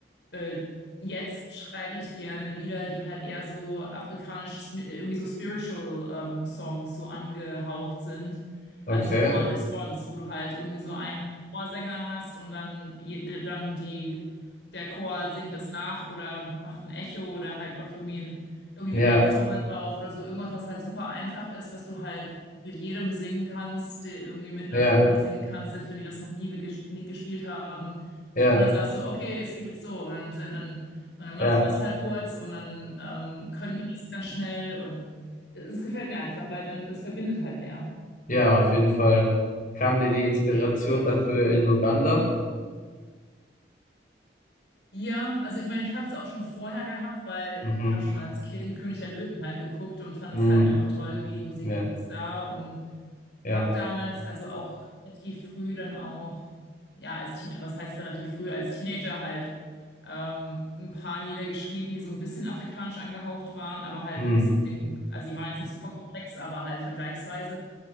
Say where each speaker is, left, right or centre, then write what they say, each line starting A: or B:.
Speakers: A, on the left (about 70°); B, on the left (about 45°).
A: äh, jetzt schreibe ich gerne Lieder, die halt eher so afrikanisch, sp- irgendwie so spiritual ähm, Songs so angehaucht sind. Also
B: okay.
A: so Call Response, wo du halt irgendwie so einen Chorsänger hast und dann, je- der- dann die, der Chor singt das nach oder macht ein Echo oder halt macht irgendwie ein, irgendwie
B: Ja,
A: eine Reaktion darauf oder so. Irgendwas, was halt super einfach ist, was du halt mit jedem singen kannst, der irgendwie mit einer
B: ja,
A: Gruppe singen kannst, selbst wenn die das noch nie ges- Lied gespielt haben
B: ja,
A: und dann sagst du, okay, es geht jetzt so. Und dann, sind- dann, und dann machst
B: ja,
A: du das halt kurz und dann ähm, können die das ganz schnell. Und es gefällt mir einfach, weil dann das verbindet halt mehr.
B: ja, auf jeden Fall. Kam dir die Inspiration dafür in Uganda?
A: Ja, also ich meine, ich habe es auch schon vorher gehabt, weil
B: Mhm.
A: ich habe schon als Kind König der Löwen halt geguckt und fand
B: mhm
A: das halt einfach toll, wie die Musik
B: Ja,
A: ist da und
B: ja,
A: Hab damals, also auch relativ früh dann auch, ja, als Teenager, was heißt relativ früh, als Teenager halt ähm, ein paar Lieder geschrieben, die so ein bisschen afrikanisch angehaucht waren, aber halt
B: mhm
A: ein bisschen, also die waren jetzt nicht super komplex, aber halt vergleichsweise.